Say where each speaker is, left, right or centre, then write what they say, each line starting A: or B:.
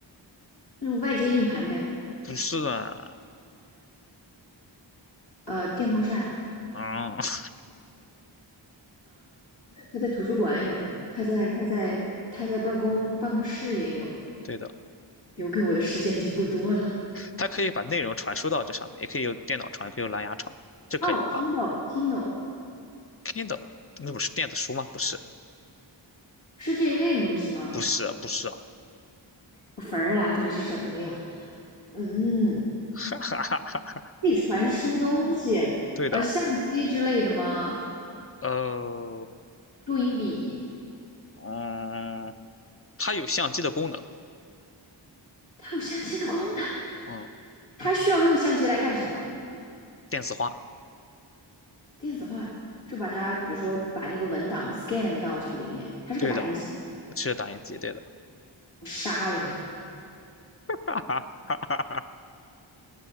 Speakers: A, on the left; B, on the left.
A: 就是外接硬盘呗，
B: 不是啊，
A: 呃，电风扇。
B: 嗯，<laughs>
A: 他在图书馆有，他在他在他在办公办公室也有，
B: 对的，
A: 留给我的时间已经不多了。
B: 它可以把内容传输到这上面，也可以用电脑传，也可以用蓝牙传，这可以了吧
A: 哦，Kindle Kindle
B: ？Kindle 那不是电子书吗？不是，
A: 是这一类的东西吗？
B: 不是，不是啊，
A: 我坟儿啦，到底是什么呀？嗯，
B: <laughs>
A: 可以传输东西，
B: 对的，
A: 呃，相机之类的吗？
B: 呃，
A: 录音笔，
B: 嗯。它有相机的功能，
A: 它有相机的功能，
B: 嗯，
A: 它需要用相机来干什么？
B: 电子化，
A: 电子化，就把它，比如说把那个文档 scan 到这个里面，它是个打印机，
B: 对的，是打印机，对的，<laughs>
A: 我杀了你。
B: 哈哈哈哈哈，